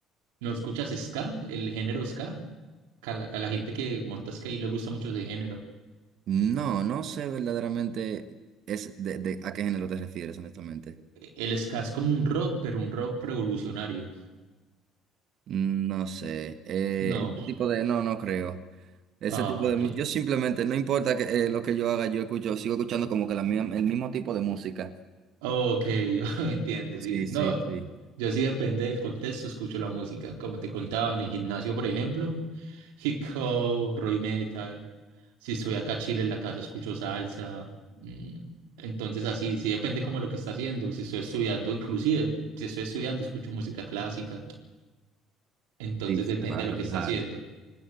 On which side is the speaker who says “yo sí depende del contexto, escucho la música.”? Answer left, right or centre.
Right